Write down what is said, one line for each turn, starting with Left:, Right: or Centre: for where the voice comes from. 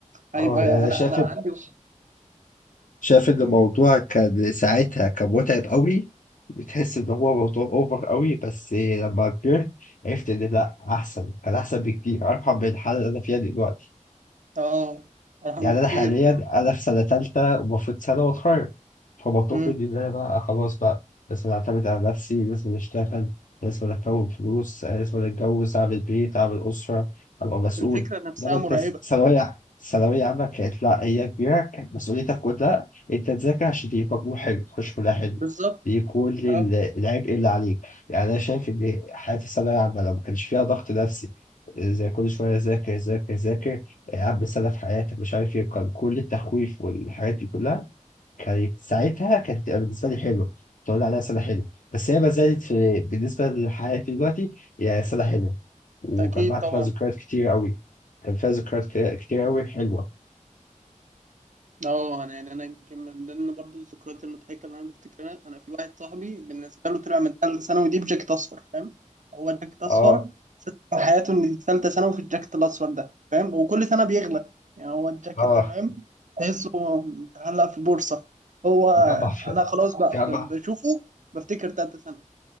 Right: هيبقى
Left: أه يعني أنا
Right: انا
Left: شايف
Right: انا عندي
Left: شايف إن الموضوع
Right: مم.
Left: كان ساعتها كان متعب قوي بتحس إن هو موضوع أوفر قوي بس لما كبرت عرفت إن لأ أحسن كان أحسن بكتير أرحم من الحالة اللي أنا فيها دلوقتي.
Right: اه ارحم
Left: يعني
Right: بكتير
Left: أنا حاليا
Right: فاهم
Left: أنا في سنة تالتة ومفروض سنة وأتخرج فمطلوب
Right: مم.
Left: مني إن أنا بقى خلاص بقى لازم أعتمد على نفسي لازم أشتغل لازم أكون فلوس آه، لازم أتجوز أعمل بيت أعمل أسرة أبقى مسؤول
Right: الفكرة نفسها
Left: إنما أنت
Right: مرعبة
Left: س- ثانوية ع- ثانوية عامة كانت لا هي كبيرة كانت مسؤوليتك كلها أنت تذاكر عشان تجيب مجموع حلو تخش كلها حلو
Right: بالظبط
Left: دي كل ال-
Right: اه
Left: العبء اللي عليك يعني أنا شايف إن حياة الثانوية العامة لو ما كانش فيها ضغط نفسي زي كل شوية ذاكر ذاكر ذاكر قبل سنة في حياتك مش عارف ايه كان كل التخويف والحاجات دي كلها كانت ساعتها كانت تبقى بالنسبة لي حلوة تقول عليها سنة حلوة بس هي ما زالت في بالنسبة لحياتي دلوقتي هي سنة حلوة وجمعت
Right: اكيد طبعا
Left: فيها ذكريات كتير قوي كان فيها ذكريات ك- كتير قوي حلوة
Right: اه انا يعني انا يمكن من ضمن برضو الذكريات المضحكه اللي انا بفتكرها انا في واحد صاحبي بالنسبه له طلع من ثالثه ثانوي دي بجاكيت اصفر فاهم هو جاكيت اصفر
Left: اه
Right: من حياته ان دي ثالثه ثانوي في الجاكيت الاصفر ده فاهم وكل سنه بيغلى يعني هو الجاكيت
Left: اه
Right: ده فاهم تحسه متعلق في بورصه هو
Left: جمع ف-
Right: انا خلاص بقى
Left: جمع
Right: ب- بشوفه بفتكر ثالثه ثانوي